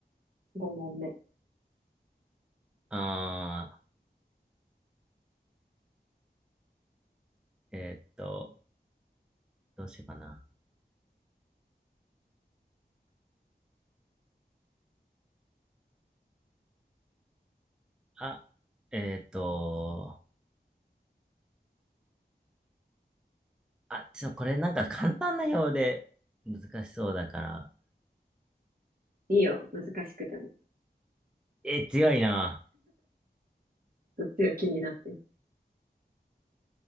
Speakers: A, on the right; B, in the centre.
A: 5問目。
B: あー、えっと、どうしようかな。あ、えっと、あ、ちょ、これなんか簡単なようで難しそうだから。
A: いいよ、難しくても。
B: え、強いな。
A: うっすら気になってる。